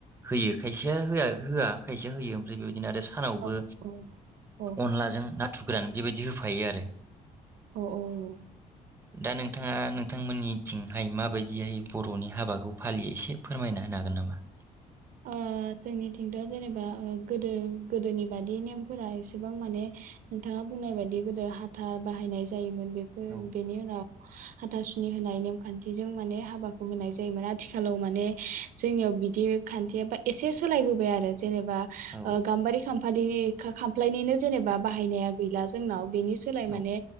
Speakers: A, on the right; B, on the right.
A: होयो खायसेया होआ-होआ खायसेया होयो ओमफ्राय बेबायदिनो आरो सानावबो
B: औ औ औ
A: अनलाजों ना थुर ग्रान बेबायदि होफायो आरो।
B: औ औ
A: दा नोंथाङा नोंथांमोननिथिंहाय माबायदिहाय बर'नि हाबाखौ फालियो एसे फोरमायना होनो हागोन नामा?
B: ओ जोंनिथिंथ' जेनेबा ओ गोदो-गोदोनि बादि नेमफोरा एसेबां माने नोंथाङा बुंनाय बायदि गोदो हाथा बाहायनाय जायोमोन बेफोर
A: औ
B: बेनि उनाव हाथासुनि होनाय नेमखान्थिजों माने हाबाखौ होनाय जायोमोन आथिखाल खालाव माने जोंनियाव बि ग <unintelligible> खान्थियाबा एसे सोलायबोबाय आरो। जेनेबा
A: औ
B: ओ गाम्बारि खाम बारि खा-खामफ्लायनिनो जेनेबा बाहायनाया गैला जोंनाव बेनि सोलाय
A: औ
B: माने